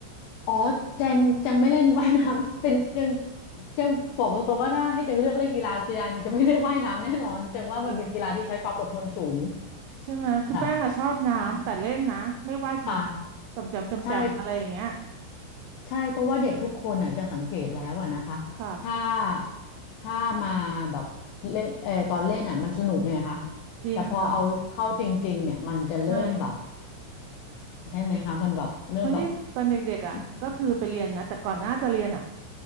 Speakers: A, on the left; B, on the right.
A: ๋อแจงแจงไม่เล่นว่ายน้ำ <laughs> เป็นแจงแจงบอกตรงๆว่าถ้าให้แจงเลือกเล่นกีฬากีฬาหนึ่งจะไม่เลือกว่ายน้ำแน่นอนแจงว่ามันเป็นกีฬาที่ใช้ความอดทนสูง
B: อ๋อใช่ไหมคือแป้งอะชอบน้ำแต่เล่นนะไม่ว่ายจริงจังต่ำจำจำจำอะไรอย่างเงี้ย
A: ค่ะใช่ค่ะใช่ ใช่เพราะว่าเด็กทุกคนอ่ะจังสังเกตแล้วอ่ะนะคะถ้า
B: ค่ะ
A: ถ้ามาแบบเล่นเออตอนเล่นอ่ะมันสนุกไงคะ
B: จริงค่ะ
A: แต่พอเอาเข้าจริงๆเนี่ยมันจะเริ่มแบบ
B: ใช่
A: ใช่ไหมคะมันแบบเริ่มแบบ
B: เพราะนี่ตอนเด็กๆอ่ะก็คือไปเรียนนะแต่ก่อนหน้าจะเรียนอ่ะ
A: อืม